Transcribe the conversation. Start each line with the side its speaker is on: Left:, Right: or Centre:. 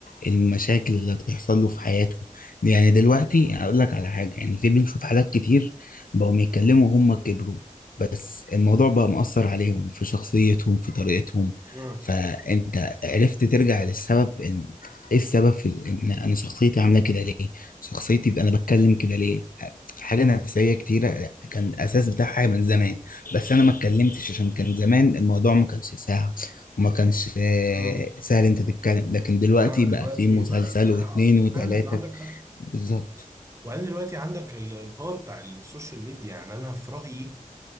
Left: المشاكل اللي هتحصل له في حياته دي. يعني دلوقتي هقول لك على حاجة يعني في بنشوف حالات كتير بقوا بيتكلموا وهم كبروا بس الموضوع بقى مؤثر عليهم في شخصيتهم في طريقتهم
Right: اه
Left: فانت عرفت ترجع للسبب ان ايه السبب في ان انا شخصيتي عامله كده ليه شخصيتي يبقى انا بتكلم كده ليه حاجه نفسيه كتيره لا، كان الاساس بتاعها حاجه من زمان بس انا ما اتكلمتش عشان كان زمان الموضوع ما كانش سهل وما كانش
Right: يعني
Left: آه،
Right: امم
Left: سهل انت تتكلم لكن دلوقتي
Right: انما انا دلوقتي
Left: بقى في مسلسل
Right: بقى انفتاح
Left: واتنين
Right: اكتر
Left: وتلاته
Right: فعلا إن عندك حق
Left: بالظبط
Right: وبعدين دلوقتي عندك ال- الباور بتاع السوشيال ميديا يعني انا في رايي